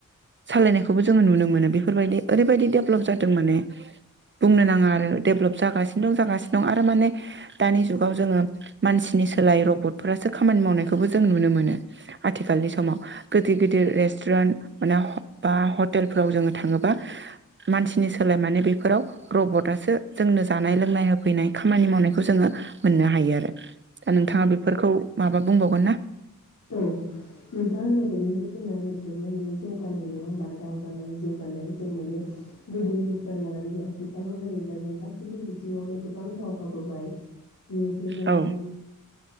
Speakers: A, on the right (about 35°); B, on the left (about 60°).
A: सालायनायखौबो जोङो नुनो मोनो बेफोरबायदि ओरैबायदि डेभलप जाद दों माने बुंनो नाङा आरो देभलप जागासिनो दं जागासिनो दं आरो माने दानि जुगाव जोङो मानसिनि सोलाय रबटफोरासो खामानि मावनायखौबो जों नुनो मोनो आथिखालनि समाव। गिदिर गिदिर रेस्टुरेन्ट माने बा हटेलफोराव जोङो थाङोबा मानसि नि सोलाय माने बेफोराव रबटआसो जोंनो जानाय लोंनाय होफैनाय खामानि मावनायखौ जोङो मोननो हायो आरो। दा नोंथाङा बेफोरखौ माबा बुंबावगोन ना?
B: औ नोंथांङा होननाबायदिनो जोंना डेबलबमेन्ट माने जौगा नाय नङा होमबा दावगानाय जौगानाय जों माने गोदोनिफ्राय लानानै आथिखालाव नायोब्ला जों गासैबो बिथिङावनो गोबां दावगाबोबाय। <inaudible> फालांगि
A: औ